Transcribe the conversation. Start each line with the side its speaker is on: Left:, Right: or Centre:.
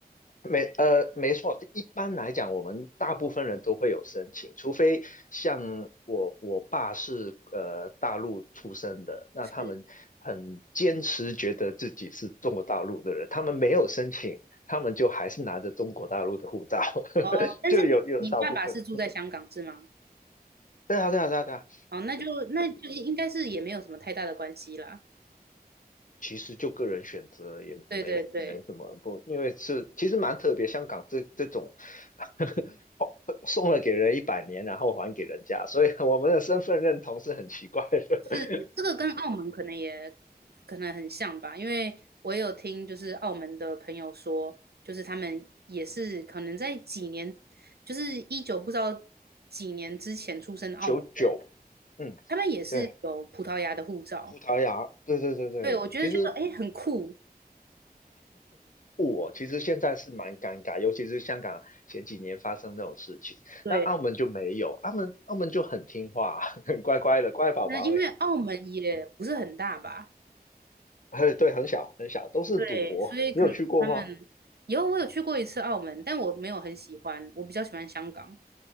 Left: 没呃没错，一般来讲，我们大部分人都会有申请，除非像我我爸是呃大陆出生的，那他们很坚持觉得自己是中国大陆的人，
Right: 是
Left: 他们没有申请，他们就还是拿着中国大陆的护照，
Right: 哦，
Left: <laughs>
Right: 但是你你爸爸是住在香港是吗？
Left: 就有有少部分，对啊对啊对啊对啊。
Right: 哦，那就那就应该是也没有什么太大的关系啦。
Left: 其实就个人选择也没没什么不，
Right: 对对对。
Left: 因为是其实蛮特别，香港这这种 <laughs> 哦送了给人一百年，然后还给人家，所以我们的身份认同是很奇怪的。
Right: 是这个跟澳门可能也可能很像吧，因为我也有听就是澳门的朋友说，就是他们也是可能在几年，就是一九不知道几年之前出生的澳门人，
Left: <laughs> 九九，嗯，
Right: 他们也是有葡萄牙的护照。
Left: 对，葡萄牙，对对对对，
Right: 对，我觉得就得哎很酷。
Left: 其实我其实现在是蛮尴尬，尤其是香港前几年发生这种事情，
Right: 对，
Left: 那澳门就没有，澳门澳门就很听话，<laughs> 很乖乖的乖宝宝
Right: 那因为澳门也不是很大吧，
Left: 哎，<laughs> 对，很小很小，都是赌博，
Right: 对，所以可能他们
Left: 你有去过吗？
Right: 以后我有去过一次澳门，但我没有很喜欢，我比较喜欢香港。